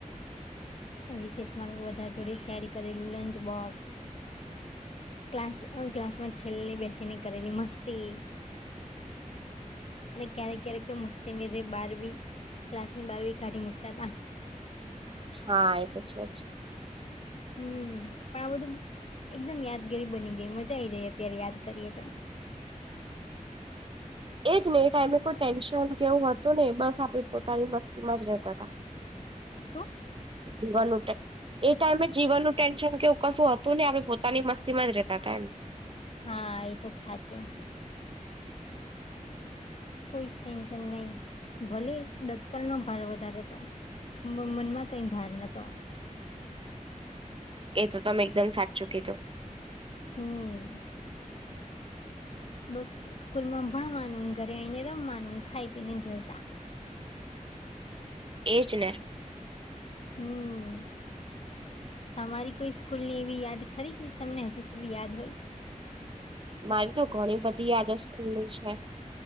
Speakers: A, on the left; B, on the right.
A: અને રિસેષ માં વધા જોડે સેર કરેલું લંચ બોક્સ.
B: <inaudible>
A: ક્લાસ અ ક્લાસમાં છેલ્લે બેસી ને કરેલી મસ્તી. અને ક્યારેક ક્યારેક તો મસ્તી લીધે બહાર બી ક્લાસ ની બારભી કાઢી મુકતા હતા.
B: હા એ તો છે જ
A: હમ્મ, પણ આ બધું એકદમ યાદગારી બની ગઈ, મજા આઈ જાય અત્યારે યાદ કરીએ તો.
B: એજને એ ટાઈમે કોઈ ટેન્શન કેવું હતું નહિ, બસ આપડે પોતાની મસ્તીમાં જ રહેતા હતા. <inaudible>
A: શું
B: જીવાન ટ એ ટાઈમે જીવનનું ટેન્શન કેવું કશું હતું નહી, આપણે પોતાની મસ્તી માં જ રહેતા હતા એમ
A: હા એ તો સાચું કોઈ જ ટેન્શન નહી, ભલે દફતર નો ભાર વધારે તો મ મનમાં કઈ ભાર નતો
B: એ તો તમે એકદમ સાચું કીધું
A: હમ. બસ સ્કૂલમાં ભણવાનું ઘરે આવીઈને રમવાનું ખાઈ પીને જલસા
B: એજ ને
A: હમ. તમારી કોઈ સ્કૂલની એવી યાદ ખરી કે તમને હજુ સુધી યાદ હો ય
B: મારી તો ઘણી બધી યાદો સ્કૂલ છે,